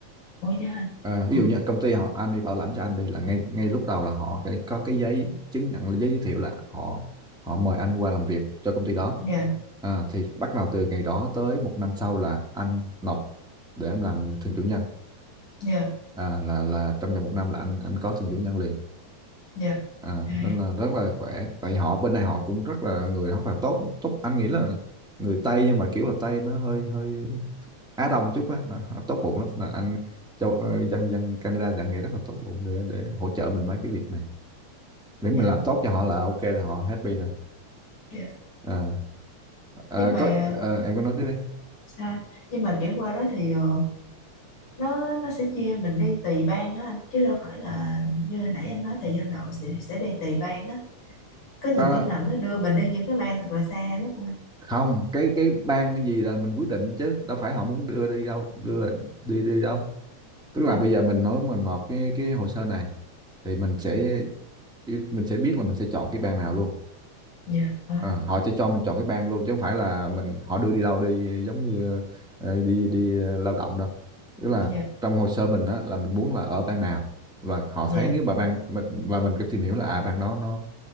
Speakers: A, on the left (about 80°); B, in the centre.
A: ôi dạ anh
B: Ờ,
A: ồ
B: ví dụ như công ty họ anh đi bảo lãnh cho anh đi là ngay ngay lúc đầu là họ phải có cái giấy chứng nhận giấy giới thiệu là họ họ mời anh qua làm việc cho công ty đó
A: dạ
B: à, thì bắt đầu từ ngày đó tới một năm sau là anh nộp để em làm thường chủ nhân
A: dạ
B: à, là là trong vòng một năm là anh anh có thường chủ nhân liền
A: dạ
B: à,
A: à
B: nên là rất là khỏe tại họ bên này họ cũng rất là người rất là tốt tốt anh nghĩ là người Tây nhưng mà kiểu là Tây nó hơi hơi Á Đông chút á nó, nó tốt bụng lắm là anh châu ờ, dân dân Canada thì anh nghĩ rất là tốt bụng để để hỗ trợ mình mấy cái việc này miễn
A: dạ
B: mình làm tốt cho họ là ok là họ happy rồi
A: dạ
B: Ờ, ờ,
A: nhưng mà
B: có ờ, em có nói tiếp đi
A: sao nhưng mà kiểu qua đó thì ờ, nó nó sẽ chia mình đi tùy bang hả anh chứ đâu phải là như hồi nãy anh nói thời gian đầu sẽ sẽ đi tùy bang đó có nhiều
B: Ờ,
A: khi nào nó đưa mình đi những cái bang thật là xa lắm không anh
B: không cái cái ban gì là mình quyết định chứ đâu phải họ muốn đưa đi đâu đưa là đi đi đâu tức
A: dạ
B: là bây giờ mình nói mình nộp cái cái hồ sơ này thì mình sẽ mình sẽ biết là mình sẽ chọn cái ban nào luôn
A: dạ ờ,
B: Ờ, họ sẽ cho mình chọn cái bang luôn chứ không phải là mình họ đưa đi đâu đi giống như ờ, đi đi ờ, lao động đâu tức là
A: dạ
B: trong hồ sơ mình á là mình muốn là ở bang nào và họ
A: dạ
B: thấy nếu mà bang mình và mình có tìm hiểu là à bang đó nó